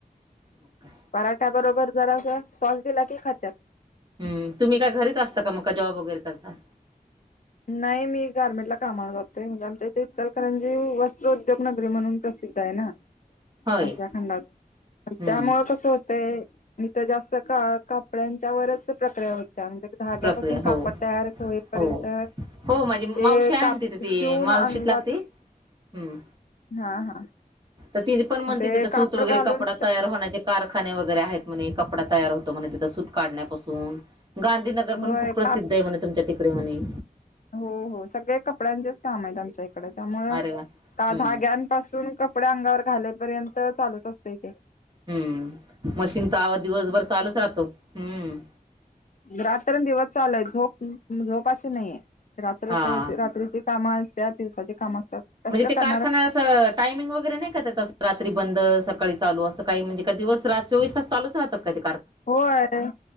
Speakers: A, on the right (about 30°); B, on the left (about 60°).
A: मग काय.
B: पराठ्या बरोबर जरा अस सवास दिला की खाच्यात
A: हम् तुम्ही काय घरीच असता का मग का जॉब वगैरे करता
B: नाही मी गार्मेंट ला कामाला जातोय म्हणजे आमच्या इथे चलकरंजी वस्त्र उद्योग नगरी म्हणून प्रसिद्ध आहे ना
A: होय
B: अशा खंडात त्यामुळ
A: हम्म
B: कसं होतंय मी तर जास्त का कपड्यांच्या वच प्रक्रिया होत्या म्हणजे धाग्यापासून
A: प्रक्रिया हो
B: कापड तयार होईपर्यंत
A: हो हो माझी मावशी
B: ते
A: आहे
B: काप
A: तिथे ती
B: शिवून
A: मावशीत
B: अंगात
A: लागते हम्म
B: हा हा
A: तर ति पण म्हणतेथ
B: ते
A: तर
B: कापड
A: सूत वगैरे
B: घालून
A: कपडा तयार होण्याचे कारखा वगैरे आहेत म्ह कपडा तयार होतो म्हणे तिथ सूत काढण्यापासून गांधीनगर नगर
B: होय
A: पण खूप प्रसिद्ध
B: काप
A: आहे म्हणे तुमच्या तिकडे म्हणे
B: हो हो सगळे कपड्यांचेच काम आहेत आमच्या इकडे त्यामु
A: अरे वा
B: का
A: हम्म
B: धाग्या पासून कपडे्या अंगावर घाल्यापर्यंत चालूत असते इ ते
A: हम्म मशीन तर आवा दिवसभर चालूच राहतो हम्म
B: रात्र दिवस चालूय झोप झोपाशी नाहीये रात्र
A: हा
B: रात्रीची कामं असत्याात दिवसाची कामं असतात. कष्ट
A: म्हणजे ते
B: करणार
A: कारखान्यात टायमिंग वगैरे नाही का त्याचा रात्री बंद, सकाळी चालू असं काही म्हणजे का दिवस रात्र चालुच राहत का ते
B: होय..